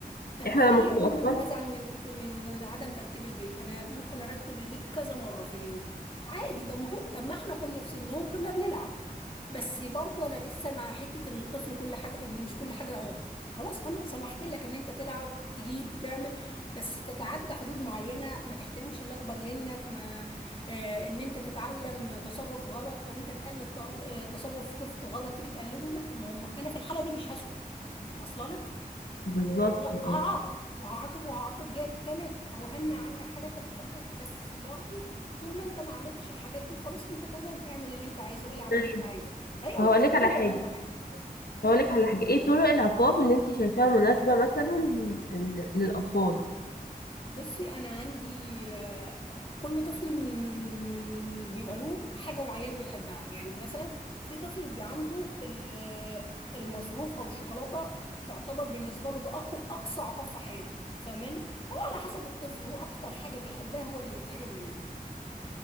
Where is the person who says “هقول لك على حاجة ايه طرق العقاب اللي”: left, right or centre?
Left